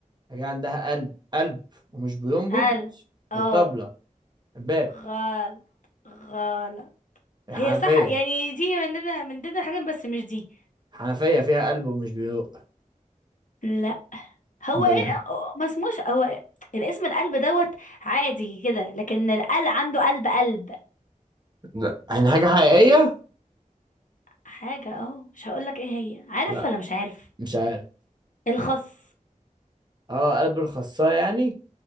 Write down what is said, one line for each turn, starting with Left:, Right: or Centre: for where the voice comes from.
Right: حاجة عندها قلب قلب ومش بينبض
Left: قلب اه
Right: الطبلة الباب
Left: غلط غلط
Right: الحنفية
Left: هي صح يعني دي مننا من ضمن الحاجات بس مش دي
Right: الحنفية فيها قلب ومش بيدق
Left: لا هو
Right: أمال
Left: ايه
Right: إيه؟
Left: ما اسموش هو إيه؟ الاسم القلب دوت عادي كده لكن القلب عنده قلب قلب
Right: لا يعني حاجة حقيقية؟
Left: حاجة اه مش هقولك ايه هي عارف
Right: لا
Left: ولا مش عارف
Right: مش عارف
Left: الخص
Right: اه قلب الخصاية يعني